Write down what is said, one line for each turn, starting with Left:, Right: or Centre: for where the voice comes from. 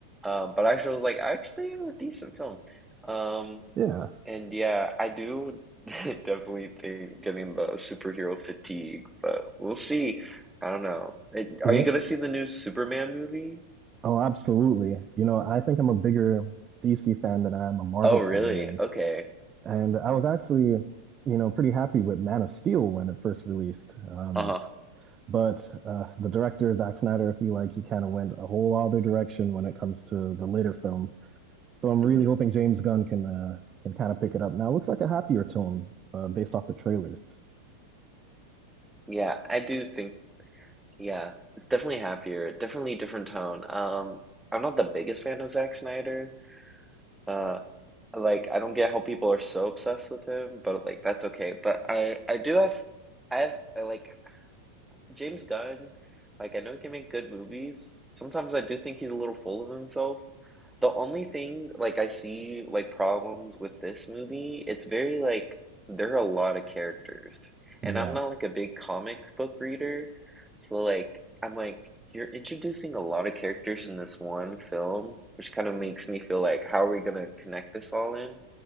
Centre: Um, but actually, I was like, actually, it was a decent film. Um,
Right: yeah,
Centre: and yeah, I do <laughs> definitely think getting the superhero fatigue, but we'll see. I don't know. It,
Right: yeah.
Centre: are you gonna see the new Superman movie?
Right: Oh, absolutely. You know, I think I'm a bigger DC fan than I am a Marvel
Centre: Oh, really?
Right: fan, and
Centre: Okay.
Right: and I was actually, you know, pretty happy with Man of Steel when it first released. Um,
Centre: Uh-huh.
Right: but uh, the director Zack Snyder, I feel like he kind of went a whole other direction when it comes to the later films. So I'm
Centre: hmm
Right: really hoping James Gunn can uh, can kind of pick it up. Now it looks like a happier tone uh, based off the trailers.
Centre: Yeah, I do think, yeah, it's definitely happier, definitely different tone. Um, I'm not the biggest fan of Zack Snyder. Uh, like I don't get how people are so obsessed with him, but like that's okay. But I I do have I have I, like James Gunn, like I know he can make good movies. Sometimes I do think he's a little full of himself. The only thing like I see like problems with this movie, it's very like there are a lot of characters.
Right: Yeah,
Centre: And I'm not like a big comic book reader, so like I'm like you're introducing a lot of characters in this one film, which kind of makes me feel like how are we gonna connect this all in?